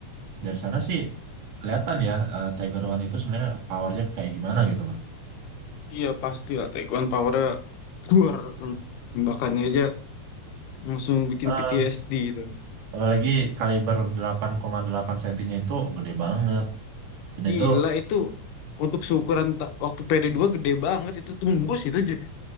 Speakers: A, on the right (about 75°); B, on the left (about 85°).
A: Dari sana sih kelihatan ya eh, Tiger One itu sebenarnya powernya kayak gimana gitu
B: iya pasti lah. Taekwondo powernya, duar, tembakannya aja langsung bikin
A: loh.
B: PTSD itu.
A: Apalagi kaliber delapan koma delapan sentinya itu gede banget. Dan
B: Gila
A: itu,
B: itu untuk seukuran ta- waktu pd dua gede banget itu tembus itu j-